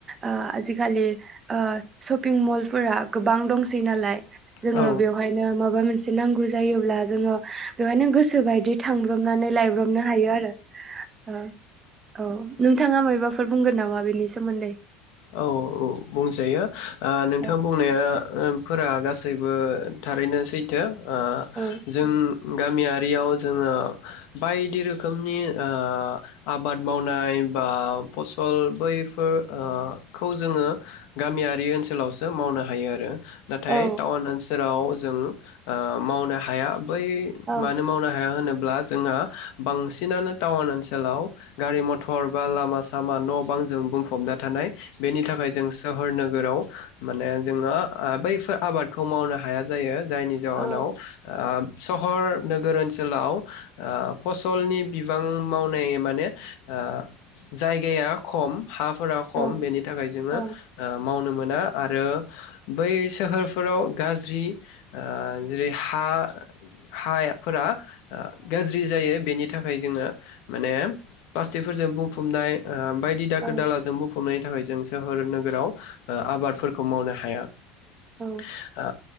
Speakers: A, on the right; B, on the left.
A: ओ आजिखालि ओ शपिं मल फोरा गोबां दंसै नालाय जोङो
B: औ
A: बेवहायनो माबा मोनसे नांगौ जायोब्ला जोङो बेवहायनो गोसोबायदि थांब्रबनानै लायब्रबनो हायो आरो औ नोंथाङा मायबाफोर बुंगोन नामा बेनि सोमोन्दै?
B: औ बुंजायो ओ नोंथां
A: औ
B: बुंनाया फोरा गासैबो थारैनो सैथो। ओ
A: औ
B: जों गामियारियाव जोङो बायदि रोखोमनि ओ आबाद मावनाय बा फसल बैफोर ओ खौ जोङो गामियारि ओनसोलावसो मावनो हायो आरो। नाथाय
A: औ
B: टाउन ओनसोलाव जों ओ मावनो हाया। बै
A: औ
B: मानो मावनो हाया होनो ब्ला जोंहा बांसिनानो टाउन ओनसोलाव गारि मथर बा लामा सामा न' बां जों बुंफबना थानाय बेनिख य जों सोहोरनो गोराव माने जोङो ओ बैफोर आबादखौ मावनो हाया जायो। जायनि जाउनाव
A: औ
B: आ सहर नोगोर ओनसोलाव ओ फसलनि बिबां मावनाय माने ओ जायगाया खम। हाफोरा खम
A: औ
B: बेनि थाखाय <unintelligible> ओ
A: औ
B: माव मावनो मोना आरो बै सोहोरफोराव गाज्रि ओ जेरै हा हायाफोरा गाज्रि जायो बेनि बेनि थाखाय जोङो माने प्लास्टिकफोरजों बुंफबनाय ओ बायदि दाखोर
A: औ
B: दालाजों बुंफबनाय। <unintelligible> सोहोर नोगोराव ओ आबादफोरखौ मावनो हाया ओ।
A: औ